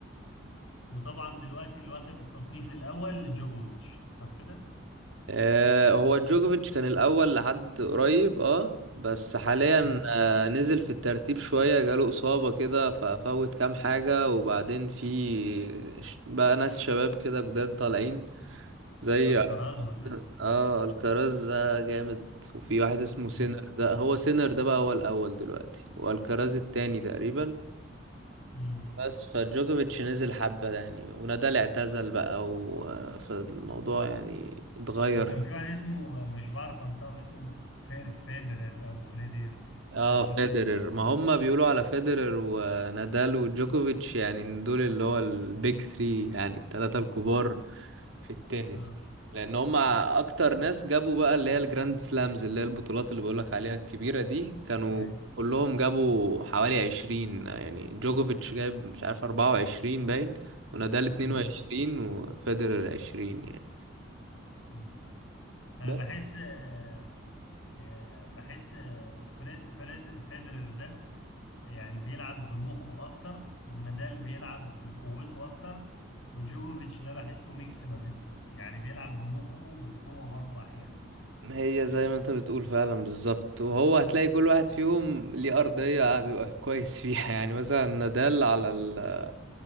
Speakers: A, on the left; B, on the right.
A: وطبعا دلوقتي اللي واخد التصنيف الأول جوجوفيتش صح كده؟
B: آه هو جوكوفيتش كان الأول لحد قريب اه بس حاليا
A: مم.
B: آه نزل في الترتيب شوية جاله إصابة كده ففوت كام حاجة وبعدين في ش- بقى ناس شباب كده جداد طالعين زي
A: الكراز ولا ايه؟
B: اه الكراز ده جامد وفي واحد اسمه سينر
A: مم.
B: ده هو سينر ده بقى هو الاول دلوقتي والكراز التاني تقريبا
A: مم.
B: بس فجوكوفيتش نزل حبة يعني ونادال اعتزل بقى و... فالموضوع يعني اتغير
A: وكان في واحد اسمه مش بعرف انطقه اسمه في- فيدرر او فريدير
B: اه
A: حاجة كده
B: فيدرر ما هم بيقولوا على فيدرر ونادال وجوكوفيتش يعني دول اللي هو البيج ثري يعني التلاتة الكبار في التنس
A: اه
B: لان هم اكتر ناس جابوا بقى اللي هي الجراند سلامز اللي هي البطولات اللي بقولك عليها الكبيرة دي كانوا
A: ايوه
B: كلهم جابوا حوالي عشرين يعني جوكوفيتش جايب مش عارف أربعة وعشرين باين ونادال اتنين
A: مم.
B: وعشرين وفيدرر عشرين يعني
A: مم. انا
B: بس
A: بحس آه، آه، بحس آه، فريد فريد فيدرر ده يعني بيلعب بمخه اكتر ونادال بيلعب بقوته اكتر وجوجوفيتش ده بحسه ميكس ما بينهم يعني بيلعب بمخه وبالقوة برضو احيانا
B: هي زي ما انت بتقول فعلا بالظبط وهو هتلاقي كل واحد فيهم ليه أرضية بيبقى كويس فيها <laughs> يعني مثلا نادال على ال-